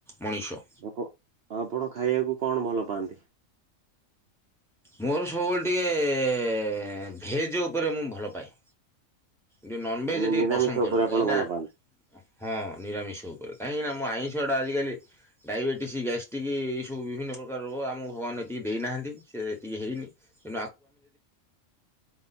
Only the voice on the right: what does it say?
ଭୋକ ଆପଣ ଖାଇବାକୁ କଣ ଭଲ ପାଆନ୍ତି?
ମାନେ
ନିରାମିଷ
ଉପରେ ଆପଣ
ଭଲ
ପାଆନ୍ତି?